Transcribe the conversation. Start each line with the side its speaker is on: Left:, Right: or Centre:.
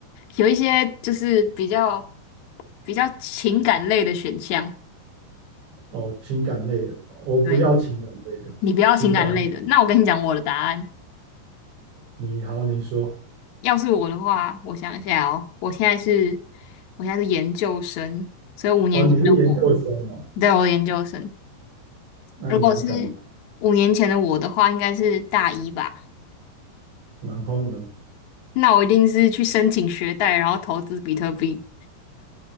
Left: 有一些就是比较比较情感类的选项，
Right: 哦，情感类的，我不要情感类的，
Left: 对，你不要情感类的。
Right: 情感类
Left: 那我跟你讲我的答案，
Right: 的你好，你说
Left: 要是我的话，我想一下哦，我现在是，我现在是研究生，所以五年前的我，
Right: 哦，你是研究生哦，
Left: 对，我研究生。
Right: 那你要干嘛？
Left: 如果是五年前的我的话，应该是大一吧。
Right: 然后呢？
Left: 那我一定是去申请学贷，然后投资比特币，